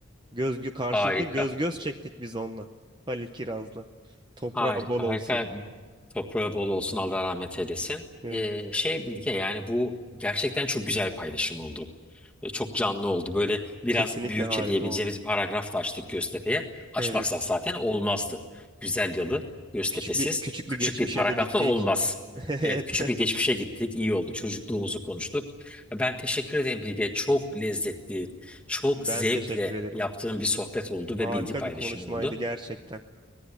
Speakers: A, on the right; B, in the centre.
A: Göz gö- karşılıklı
B: Harika.
A: göz göz çektik biz onunla. Halil Kiraz'la. Toprağı
B: Harika,
A: bol olsun.
B: harika. Toprağı bol olsun Allah rahmet eylesin.
A: Evet.
B: Ee, şey Bilge yani bu gerçekten çok güzel bir paylaşım oldu. Ee, çok canlı oldu. Böyle biraz
A: Kesinlikle
B: büyükçe
A: harika
B: diyebileceğimiz
A: oldu.
B: bir paragraf da açtık Göztepe'ye. Açmazsak
A: Evet.
B: zaten olmazdı. Güzel yalı Göztepe'siz
A: Küçük bir küçük
B: küçük
A: bir geçmişe
B: bir paragrafla
A: de gittik.
B: olmaz.
A: <laughs> Evet.
B: Evet küçük bir geçmişe gittik. İyi oldu. Çocukluğumuzu konuştuk. Ben teşekkür ederim Bilge. Çok lezzetli, çok
A: Ben
B: zevkle
A: teşekkür ederim.
B: yaptığım bir sohbet oldu
A: Harika
B: ve bilgi paylaşımı
A: bir konuşmaydı
B: oldu.
A: gerçekten.